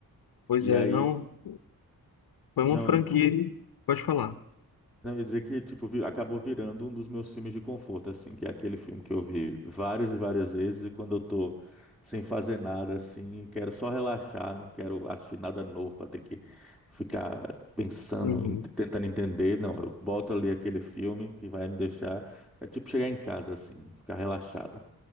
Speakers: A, on the left (about 75°); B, in the centre.
A: Pois
B: E
A: é,
B: aí,
A: não. Foi
B: não,
A: uma franquia. Uhum. Pode falar.
B: Não, eu ia dizer que, tipo, vi- acabou virando um dos meus filmes de conforto, assim, que é aquele filme que eu vi várias e várias vezes, e quando eu tô sem fazer nada, assim, quero só relaxar, não quero assistir nada novo pra ter que ficar pensando,
A: Uhum.
B: em- tentando entender, não, eu boto ali aquele filme que vai me deixar, é tipo chegar em casa, assim, ficar relaxado.